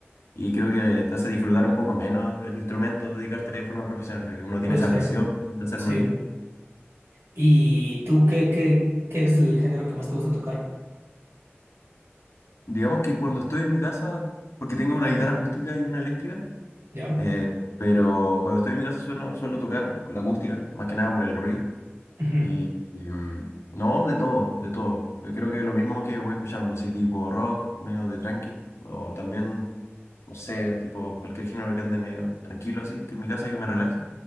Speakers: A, on the left; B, on the right.
A: y creo que te hace disfrutar un poco menos el instrumento, dedicarte de forma profesional, que uno tiene
B: puede
A: esa
B: ser.
A: presión de hacerlo
B: Sí.
A: bien.
B: ¿Y tú qué, qué, qué es el género que más te gusta tocar?
A: Digamos que cuando estoy en mi casa, porque tengo una guitarra acústica y una eléctrica,
B: ¿Ya?
A: Eh, pero cuando estoy en mi casa suelo, suelo tocar con la acústica, más que nada por el ruido.
B: Ujú.
A: Y, y, mm, no, de todo, de todo. Eh, creo que lo mismo que voy escuchando, así tipo rock, medio de tranqui, o también, no sé, tipo cualquier género que ande medio tranquilo así, que en mi casa que me relaje,